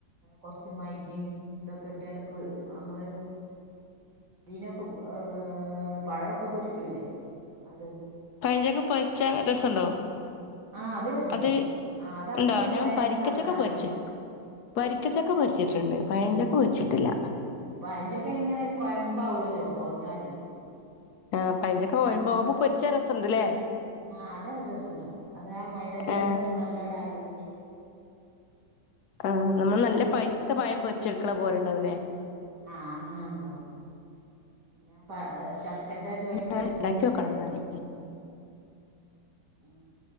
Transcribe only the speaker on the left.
പയംചക്ക പൊരിച്ചാ രസുണ്ടോ
അത്
ഇണ്ടോ
ഞാൻ വരിക്കച്ചക്ക
പൊരിച്ച് വരിക്കച്ചക്ക
പൊരച്ചിട്ടുണ്ട് പഴഞ്ചക്ക പൊരിച്ചിട്ടില്ല
ആഹ് പഴഞ്ചക്ക കൊയമ്പാവും അപ്പൊ പൊരിച്ചാ സണ്ട്ല്ലേ
ഏ
ആ നമ്മൾ നല്ല പഴുത്ത പഴം പൊരിച്ചെടുക്കണ പോലണ്ടാവൂല്ലേ
ഞാൻ
ഉണ്ടാക്കി നോക്കണം
എന്നാല്